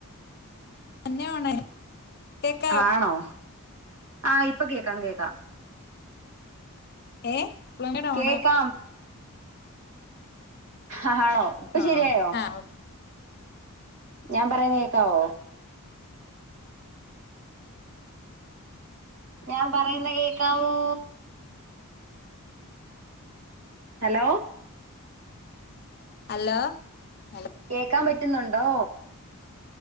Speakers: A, on the left; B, on the right.
A: തന്നെയോണ കേക്കാവോ
B: ആണോ ആഹ് ഇപ്പൊ കേക്കാം കേക്കാം
A: ഏ പ്ലങ്കട
B: കേക്കാം
A: ഓണ
B: ആ ആണോ ഇപ്പൊ
A: ആ
B: ശെരിയോ
A: ആ
B: ഞാൻ പറയുന്ന കേക്കാവോ ഞാൻ പറയുന്ന കേക്കാവോ ഹലോ
A: ഹലോ ഹലോ
B: കേക്കാൻ പറ്റുന്നുണ്ടോ